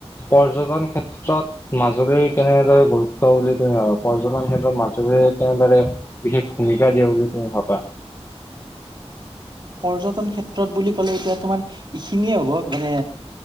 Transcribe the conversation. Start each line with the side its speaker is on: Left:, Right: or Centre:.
Left: পৰ্যটন ক্ষেত্ৰত মাজুলী কেনেদৰে গুৰুত্ব বুলি ধৰা পৰ্যটন ক্ষেত্ৰত মাজুলীৰ কেনেদৰে বিশেষ ভূমিকা দিয়া বুলি তুমি ভাবা?
Right: পৰ্যটন ক্ষেত্ৰত বুলি ক'লে এতিয়া তোমাৰ এইখিনিয়ে হ'ব মানে